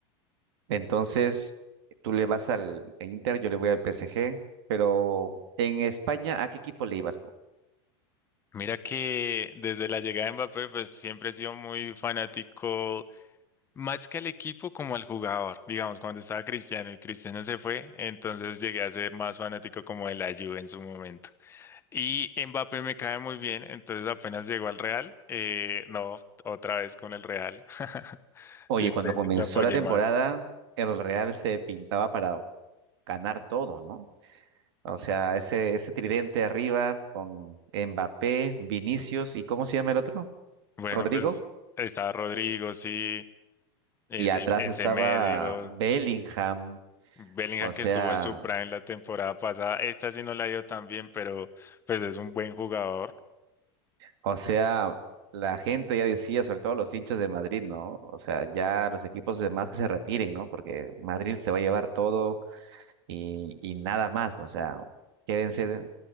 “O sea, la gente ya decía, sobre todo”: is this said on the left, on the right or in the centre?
Right